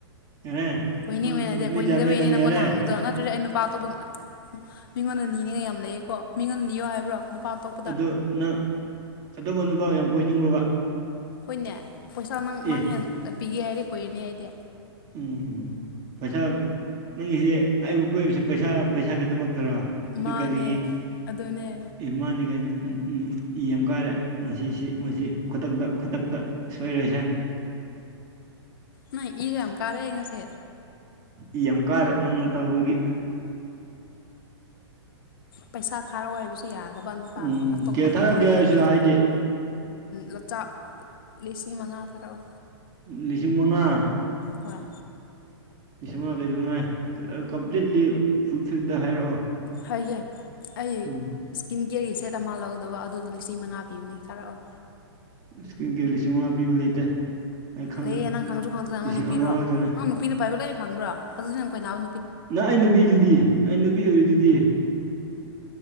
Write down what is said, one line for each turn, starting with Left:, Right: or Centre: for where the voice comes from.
Right: ꯌꯥꯔꯦ
Left: ꯀꯣꯏꯅꯤꯡꯕꯩ
Right: ꯅꯪ
Left: ꯅꯠꯇꯦ
Right: ꯃꯤꯠ
Left: ꯀꯣꯏꯅꯤꯡꯗꯕꯩ
Right: ꯌꯥꯝꯃꯦ ꯅꯪ
Left: ꯅꯦ ꯅꯪꯉꯣꯟꯗ
Right: ꯌꯥꯔꯦ
Left: ꯍꯥꯡꯕꯗ ꯅꯠꯇ꯭ꯔꯗꯤ ꯑꯩ ꯅꯨꯄꯥ ꯑꯇꯣꯞꯄ ꯃꯤꯉꯣꯟꯗ ꯅꯤꯅꯤꯉꯥꯏ ꯌꯥꯝ ꯂꯩꯌꯦꯀꯣ ꯃꯤꯉꯣꯟꯗ ꯅꯤꯌꯣ ꯍꯥꯏꯕ꯭ꯔꯣ ꯅꯨꯄꯥꯇꯣꯞ
Right: ꯑꯗꯨ ꯅꯪ ꯑꯇꯣꯞꯄ ꯅꯨꯄꯥ ꯌꯥꯝ ꯀꯣꯏꯅꯤꯡꯕ꯭ꯔꯣꯕ
Left: ꯍꯣꯏꯅꯦ ꯄꯩꯁꯥ ꯅꯪ
Right: ꯑꯦ
Left: ꯅꯪ ꯍꯦꯟꯅ ꯄꯤꯒꯦ ꯍꯥꯏꯔꯦ ꯀꯣꯏꯔꯅꯤ ꯑꯩꯗꯤ
Right: ꯎꯝ ꯄꯩꯁꯥ ꯅꯪꯒꯤꯁꯦ ꯑꯩꯕꯨ ꯀꯣꯏꯕꯁꯤ ꯄꯩꯁꯥ ꯄꯩꯁꯥꯒꯤꯗꯃꯛꯇꯔꯣ ꯑꯗꯨ
Left: ꯃꯥꯅꯦ
Right: ꯀꯔꯤꯒꯤ
Left: ꯑꯗꯨꯅꯦ
Right: ꯑꯦ ꯃꯥꯥꯟꯅꯦ ꯒꯥꯏꯅ ꯎꯝ ꯎꯝ ꯏ ꯌꯥꯝ ꯀꯥꯔꯦ ꯃꯁꯤꯁꯤ ꯃꯁꯤ ꯈꯨꯗꯛꯇ ꯈꯨꯗꯛꯇ ꯁꯣꯏꯔꯣꯏꯁꯦ
Left: ꯅꯪ ꯏ ꯒ ꯌꯥꯝ ꯀꯥꯔꯦ ꯉꯁꯤ
Right: ꯏ ꯌꯥꯝ ꯀꯥꯔꯦ ꯅꯪꯅ ꯇꯧꯕꯒꯤ
Left: ꯄꯩꯁꯥ ꯊꯥꯔꯛꯑꯣ ꯍꯥꯏꯕꯁꯨ ꯌꯥꯗꯕ ꯅꯨꯄꯥ
Right: ꯎꯝ
Left: ꯑꯇꯣꯞꯄ
Right: ꯀꯌꯥ ꯊꯥꯔꯛꯀꯦ
Left: ꯀꯣꯏꯅꯥꯒꯤ
Right: ꯍꯥꯏꯁꯨ
Left: ꯍꯥꯏꯕꯁꯨ
Right: ꯍꯥꯏꯗꯦ
Left: ꯌꯥꯗꯕ ꯂꯆꯥꯛ ꯂꯤꯁꯤꯡ ꯃꯉꯥ ꯊꯥꯔꯛꯑꯣ
Right: ꯂꯤꯁꯤꯡ ꯃꯉꯥ
Left: ꯍꯣꯏ
Right: ꯂꯤꯁꯤꯡ ꯃꯉꯥ ꯀꯩ ꯗꯧꯅꯉꯥꯏ ꯀꯝꯄ꯭ꯂꯤꯠꯂꯤ ꯐꯨꯜꯐꯤꯜꯗ ꯍꯥꯏꯔꯛꯑꯣ
Left: ꯍꯥꯏꯒꯦ ꯑꯩ
Right: ꯎꯝ
Left: ꯏꯁꯀꯤꯟ ꯀꯦꯌꯔꯒꯤ ꯁꯦꯠ ꯑꯃ ꯂꯧꯗꯧꯕ ꯑꯗꯨ ꯂꯤꯁꯤꯡ ꯃꯉꯥ ꯄꯤꯕꯅꯦ ꯊꯥꯔꯛꯑꯣ
Right: ꯏꯁꯀꯤꯟ ꯀꯤꯌꯔ ꯂꯤꯁꯤꯡ ꯃꯉꯥ ꯄꯤꯕ ꯂꯩꯇꯦ ꯑꯩ ꯈꯪꯉꯦ
Left: ꯂꯩꯌꯦ ꯅꯪ ꯈꯪꯁꯨ ꯈꯪꯗꯅ
Right: ꯂꯤꯁꯤꯡ
Left: ꯅꯪ ꯅꯨꯄꯤꯔꯣ
Right: ꯑꯃ ꯉꯥꯛꯇꯅꯦ
Left: ꯅꯪ ꯅꯨꯄꯤꯅ ꯄꯥꯏꯕ ꯂꯣꯢꯅ ꯈꯪꯕ꯭ꯔꯣ ꯑꯗꯨꯗꯤ ꯅꯪ ꯀꯣꯏꯅꯕ
Right: ꯅꯪ ꯑꯩ ꯅꯨꯄꯤꯗꯨꯗꯤ ꯑꯩ ꯅꯨꯄꯤ ꯑꯣꯏꯔꯤꯗꯨꯗꯤ